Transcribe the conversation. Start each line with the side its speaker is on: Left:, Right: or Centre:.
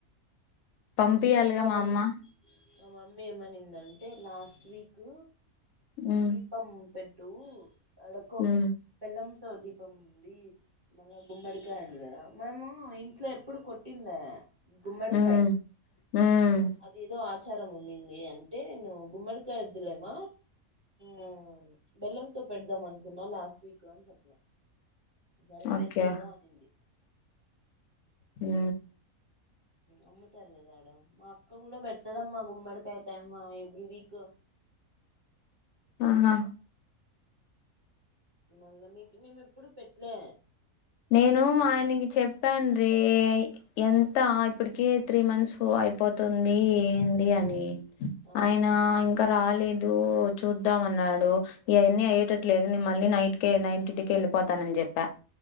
Left: పంపియాలిగా
Right: నేను
Left: మా
Right: మమ్మీ
Left: అమ్మ
Right: మా మమ్మీ ఏమనిందంటే లాస్ట్ వీక్
Left: ఉమ్
Right: దీపం పెట్ టూ అడుక్కో
Left: ఉమ్
Right: బెల్లం తోని ప్ప ఉంది మళ్ళా గుమ్మడికా అండి కదా మనము ఇంట్లో ఎప్పుడు కొట్టిందా గుమ్మడుకాయి
Left: ఉమ్ ఉమ్
Right: అది ఏదో ఆచారం ఉన్నింది అని అటై గుమ్మడ్క వదులేమ ఆ బెల్లంతో పెడదాం అనుకున్నా లాస్ట్ వీక్ అని చెప్పిన సరే
Left: ఓకే
Right: పెట్టు అనింది
Left: హ
Right: అమ్ముతార కదా ఆడ మా అక్క కూడా బట్ ఇత్తదమ్మా గుమ్మడకాయతే అమ్మా ఎవ్రి వీక్
Left: ఆహా
Right: మళ్ళా మీకు మేము ఎప్పుడు పెట్టలే
Left: నేను ఆయనకి చెప్పాను రీ ఎంత ఇప్పటిక త్రీ మంత్స్ అయిపోతుంది ఏంది అని
Right: ఆ
Left: అయినా ఇంకా రాలేదు చూద్దాం అన్నాడు. ఇవన్నీ అయ్యేటట్లేదు నేను మళ్ళీ నైట్ క నైట్ డ్యూటీకి వెళ్ళిపోతానని చెప్పా.